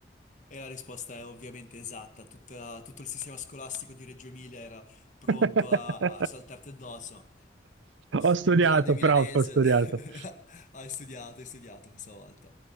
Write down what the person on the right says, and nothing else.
<laughs>
Ho studiato,
però ho studiato.